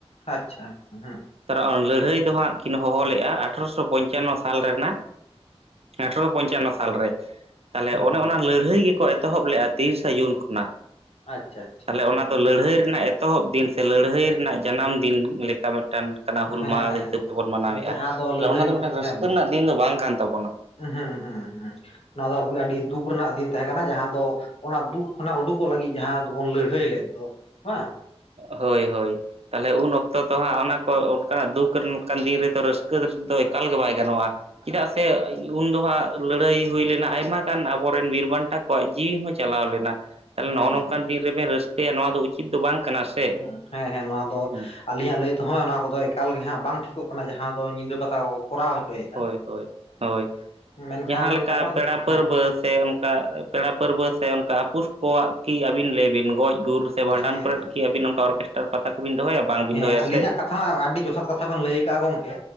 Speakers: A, on the left; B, on the right.
A: ᱟᱪᱪᱷᱟ ᱦᱩᱸ ᱦᱩᱸ᱾
B: ᱛᱚᱨᱚ ᱚᱱ ᱞᱟᱹᱲᱦᱟᱹᱭ ᱫᱚ ᱦᱟᱸᱜ ᱠᱤᱱ ᱦᱚᱦᱚ ᱞᱮᱜ-ᱟ ᱟᱴᱷᱨᱚᱥᱚ ᱯᱚᱧᱪᱟᱱᱱᱚ ᱥᱟᱞ ᱨᱮᱱᱟᱜ ᱟᱴᱷᱨᱚ ᱯᱚᱧᱪᱟᱱᱱᱚ ᱥᱟᱞᱨᱮ ᱛᱟᱞᱦᱮ
A: ᱦᱩᱸ
B: ᱚᱱᱮ
A: ᱦᱩᱸ
B: ᱚᱱᱟ ᱞᱟᱹᱲᱦᱟᱹᱭ ᱜᱮᱠᱚ ᱮᱛᱚᱦᱚᱵ ᱞᱮᱜ-ᱟ ᱛᱤᱨᱤᱥᱟ ᱡᱩᱱ ᱠᱷᱚᱱᱟᱜ᱾
A: ᱟᱪᱪᱷᱟ ᱟᱪᱪᱷᱟ
B: ᱛᱟᱞᱦᱮ ᱚᱱᱟ
A: ᱦᱩᱸ
B: ᱫᱚ ᱞᱟᱹᱲᱦᱟᱹᱭ ᱨᱮᱱᱟᱜ ᱮ ᱮᱛᱚᱦᱚᱵ ᱫᱤᱱ ᱥᱮ ᱞᱟᱹᱲᱦᱟᱹᱭ ᱨᱮᱱᱟᱜ ᱡᱟᱱᱟᱢ ᱫᱤᱱ ᱞᱮᱠᱟ ᱢᱤᱫᱴᱮᱱ ᱠᱟᱱᱟ ᱦᱩᱞ
A: ᱦᱮᱸ
B: ᱢᱟᱦᱟ ᱦᱤᱥᱟᱹᱯ ᱛᱮᱵᱚᱱ ᱢᱟᱱᱟᱣᱮᱜ-ᱟ,
A: ᱦᱮᱸ ᱡᱟᱦᱟᱸ
B: ᱛᱟᱦᱞᱮ
A: ᱞᱟᱹᱲᱦᱟᱹᱭ
B: ᱚᱱᱟ ᱫᱚ ᱢᱤᱫᱴᱟᱝ ᱨᱟᱹᱥᱠᱟᱹ
A: ᱦᱮᱸ ᱢᱟ
B: ᱨᱮᱱᱟᱜ ᱫᱤᱱ ᱫᱚ ᱵᱟᱝ ᱠᱟᱱ ᱛᱟᱵᱚᱱᱟ᱾
A: ᱦᱩᱸ ᱦᱩᱸ ᱦᱩᱸ ᱦᱩᱸ᱾ ᱱᱚᱣᱟ ᱫᱚ ᱟᱵᱩᱭ ᱟᱰᱤ ᱫᱩᱠᱷ ᱨᱮᱱᱟᱜ ᱫᱤᱱ ᱛᱟᱦᱮᱸ ᱠᱟᱱᱟ ᱡᱟᱦᱟᱸ ᱫᱚ ᱚᱱᱟ ᱫᱩᱠᱷ ᱠᱷᱚᱱᱟᱜ ᱩᱰᱩᱠᱚᱜ ᱞᱟᱜᱤᱡ ᱡᱟᱦᱟᱸ ᱫᱚᱵᱚᱱ ᱞᱟᱹᱲᱦᱟᱹᱭ ᱞᱮᱫ ᱫᱚ᱾ ᱵᱟᱝ᱾
B: ᱦᱳᱭ ᱦᱳᱭ᱾ ᱛᱟᱞᱦᱮ ᱩᱱ ᱚᱠᱛᱚ ᱫᱚ ᱦᱟᱸᱜ ᱚᱱᱟ ᱠᱚ ᱚᱱᱠᱟᱱᱟᱜ ᱫᱩᱠᱷ ᱨᱮ ᱱᱚᱠᱟᱱ ᱫᱤᱱ ᱨᱮᱫᱚ ᱨᱟᱹᱥᱠᱟᱹ ᱫᱚ ᱮᱠᱟᱞ ᱜᱮ ᱵᱟᱭ ᱜᱟᱱᱚᱜ-ᱟ᱾ ᱪᱮᱫᱟᱜ ᱥᱮ ᱩᱱ ᱫᱚ ᱦᱟᱸᱜ ᱞᱟᱹᱲᱦᱟᱹᱭ ᱦᱩᱭ ᱞᱮᱱᱟ ᱟᱭᱢᱟ ᱜᱟᱱ ᱟᱵᱚᱨᱮᱱ ᱵᱤᱨ ᱵᱟᱱᱴᱟ ᱠᱚᱣᱟᱭᱤᱡ ᱡᱤᱣᱤ ᱦᱚᱸ ᱪᱟᱞᱟᱣ ᱞᱮᱱᱟ᱾ ᱛᱟᱦᱞᱮ
A: ᱦᱩᱸ
B: ᱱᱚᱜ-ᱚ ᱱᱚᱝᱠᱟᱱ
A: ᱦᱩᱸ
B: ᱫᱤᱱ ᱨᱮᱵᱮᱱ ᱨᱟᱹᱥᱠᱟᱹᱭᱟ ᱱᱚᱣᱟ ᱫᱚ ᱩᱪᱤᱫ ᱫᱚ ᱵᱟᱝ ᱠᱟᱱᱟ᱾ ᱥᱮ
A: ᱦᱩᱸ, ᱦᱮᱸ ᱦᱮᱸ ᱱᱚᱣᱟ ᱫᱚ
B: ᱦᱩᱸ
A: ᱟᱞᱤᱧᱟᱜ ᱞᱟᱹᱭ ᱛᱮᱦᱚᱸ ᱚᱱᱟ ᱠᱚᱫᱚ ᱮᱠᱟᱞ ᱜᱮ ᱦᱟᱸᱜ ᱵᱟᱝ ᱴᱷᱤᱠᱚᱜ ᱠᱟᱱᱟ ᱡᱟᱦᱟᱸ ᱫᱚ ᱧᱤᱫᱟᱹ ᱯᱟᱛᱟ ᱠᱚ ᱠᱚᱨᱟᱣ ᱦᱚᱪᱚᱭᱮᱫ᱾
B: ᱦᱳᱭ ᱦᱳᱭ ᱦᱳᱭ,
A: ᱢᱮᱱᱠᱷᱟᱱ
B: ᱡᱟᱦᱟᱸ ᱞᱮᱠᱟ
A: ᱱᱚᱜᱼᱚ
B: ᱯᱮᱲᱟ ᱯᱟᱹᱨᱵᱟᱹᱫ
A: ᱦᱮᱸ
B: ᱥᱮ ᱚᱱᱠᱟ ᱯᱮᱲᱟ ᱯᱟᱹᱨᱵᱟᱹᱫ ᱥᱮ ᱚᱱᱠᱟ ᱟᱯᱩᱥ ᱠᱚᱣᱟᱜ ᱠᱤ ᱟᱹᱵᱤᱱ ᱞᱟᱹᱭ ᱵᱤᱱ ᱜᱚᱡ ᱜᱩᱨ᱾ ᱥᱮ ᱵᱷᱟᱸᱰᱟᱱ
A: ᱦᱮᱸ ᱦᱮᱸ
B: ᱠᱚᱨᱮᱫ ᱠᱤ ᱟᱹᱵᱤᱱ ᱱᱚᱝᱠᱟ ᱚᱨᱠᱮᱥᱴᱟᱨ ᱯᱟᱛᱟ ᱠᱚᱵᱤᱱ ᱫᱚᱦᱚᱭᱟ? ᱵᱟᱝᱵᱤᱱ
A: ᱦᱮᱸ
B: ᱫᱚᱦᱚᱭᱟ
A: ᱟᱹᱞᱤᱧᱟᱜ
B: ᱥᱮ
A: ᱠᱟᱛᱷᱟ ᱦᱚᱸ ᱟᱹᱰᱤ ᱡᱚᱛᱷᱟᱛ ᱠᱟᱛᱷᱟ ᱛᱷᱟ ᱵᱮᱱ ᱞᱟᱹᱭ ᱠᱟᱜ-ᱟ ᱜᱚᱝᱠᱮ᱾